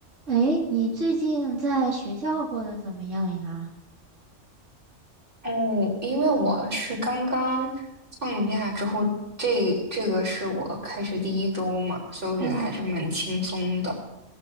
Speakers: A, on the right (about 85°); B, on the right (about 45°).
A: 诶，你最近在学校过得怎么样呀？
B: 嗯，因为我是刚刚放假之后，这这个是我开学第一周嘛，所以我觉得还是蛮轻松的。
A: 哦